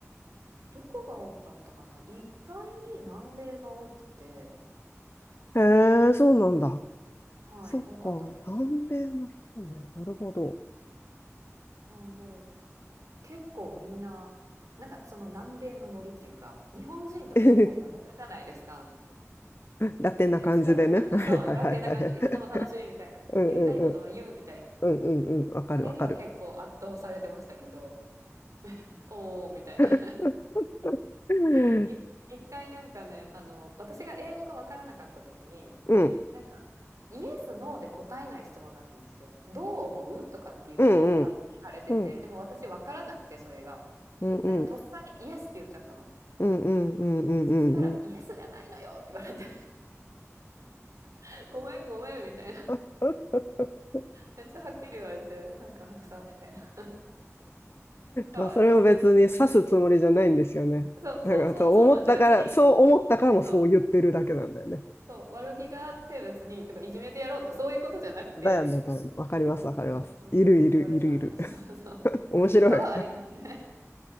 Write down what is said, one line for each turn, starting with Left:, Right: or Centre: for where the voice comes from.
Right: どこが多かったかな意外に南米が多くて
Left: へえ、そうなんだ。
Right: はい多かったです
Left: そっか、南米の人ね。なるほど。
Right: なんで結構みんななんかその南米のノリっていうか日本人と結構真逆じゃないですか
Left: <laughs> ラテンな感じでね。
Right: なんかいつでもたそうラテンな感じいつでも楽しいみたいな言いたいことは言うみたいな
Left: <laughs> はいはいはいはい。<laughs> うんうんうん。うんうんうん。わかるわかる。
Right: あれには結構圧倒されてましたけど、おーみたいな。
Left: <laughs> うん、
Right: <laughs> い一回なんかね、あの、私が英語がわからなかった時に、
Left: うん、
Right: なんか、イエス、ノーで答えない質問だったんですよ。どう思うとかっていう聞かれ、
Left: うん、
Right: 多分聞かれてて、
Left: うん、うん、
Right: でも私わからなくて、それが。
Left: うん、うん、
Right: なんかとっさにイエスって言っちゃったの。
Left: うん、うん、うん、うんうん。
Right: そしたら、イエスじゃないのよって言われて、<laughs> ごめんごめんみたいな。
Left: <laughs>
Right: めっちゃはっきり言われて、なんか白さみたいな。とかはありましたね。
Left: まあ、それも別に指すつもりじゃないんですよね。
Right: そうそうそう、
Left: だから、そう思ったから、
Right: そうなんですよ。別に、
Left: そう思ったからもそう言ってるだけなんだよね。
Right: そう。そう、悪気があって別にとか、いじめてやろうとか、そういうことじゃなくて、
Left: だよね、だよね。わかります、
Right: そうそう、
Left: わかります。
Right: うん、
Left: いる、いる、
Right: 言われたら、
Left: いる、いる。
Right: <laughs> そうそう。
Left: <laughs> 面白い。
Right: とかはありがね。